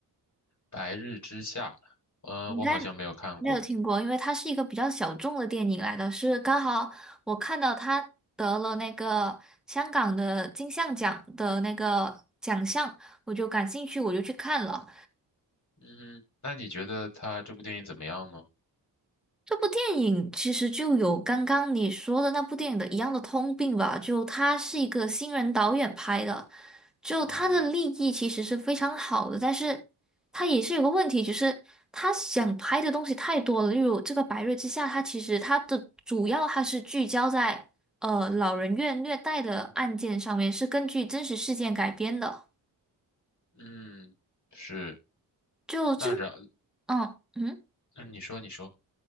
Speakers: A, on the left; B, in the centre.
A: 《白日之下》，呃，
B: 你应该
A: 我好像没有看过诶。
B: 没有听过，因为它是一个比较小众的电影来的，是刚好我看到它得了那个香港的金像奖的那个奖项，我就感兴趣，我就去看了。
A: 嗯，那你觉得他这部电影怎么样呢？
B: 这部电影其实就有刚刚你说的那部电影的一样的通病吧，就他是一个新人导演拍的，就他的立意其实是非常好的，
A: 嗯哼，
B: 但是他也是有个问题，就是他想拍的东西太多了，例如这个《白日之下》，它其实它的主要它是聚焦在呃老人院虐待的案件上面，是根据真实事件改编的，
A: 嗯，是，
B: 就这个，
A: 那然，
B: 嗯嗯。
A: 那你说，你说，